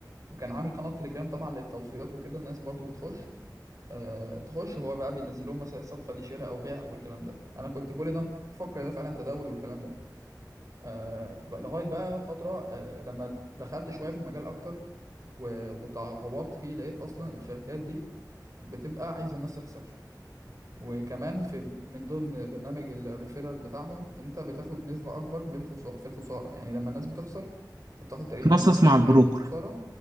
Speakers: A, on the right; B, on the right.
A: وكان عامل قناة تليجرام طبعا للتوصيات وكده الناس برضو بتخش آه تخش هو بقى بينزل لهم مثلا الصفقة دي شراء أو بيع أو الكلام ده أنا كنت كل ده مفكر ده فعلا تداول والكلام ده آه ب- لغاية بقى فترة آه لما دخلت شوية في المجال أكتر و- وتغوطت فيه لقيت أصلا الشركات دي بتبقى عايزة الناس تخسر وكمان في من ضمن برنامج الريفيرال بتاعهم انت بتاخد نسبة اكبر من الخسارة في الخسارة يعني لما الناس بتخسر انت بتاخد تقريبا
B: تنصص
A: 70%
B: مع البروكر
A: من الخسارة